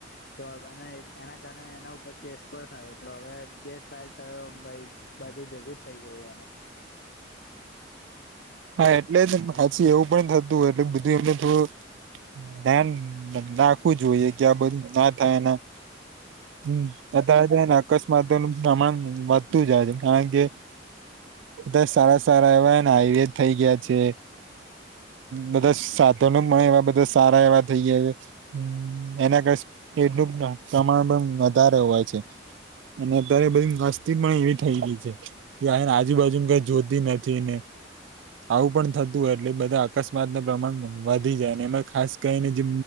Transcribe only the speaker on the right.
હા એટલે જ હછી એવું પણ થતું હોય એટલે બધું એમને થોડું ધ્યાન રાખવું જોઈએ કે આ બધું ના થાય એના હમ. અ્તયારે એને અકસ્માતો નું પ્રમાણ વધતું જાય છે કારણ કે બધ સારા સારા એવા ને હાઈવે થઇ ગયા છે. બધા સાધનો પણ એવા બધા સારા એવા થઈ ગયા છે. હમ એના કરેડનું પ્રમાણ પણ વધારે હોય છે. અને અત્યારે બધી મસ્તી પણ એવી થઈ ગઈ છે. કે એને આજુબાજુ કઈ જોતી નથી ને. આવું પણ થતું હોય એટલે બધા અકસ્માત ના પ્રમાણ વધી જાય એમાં ખાસ કરીને જે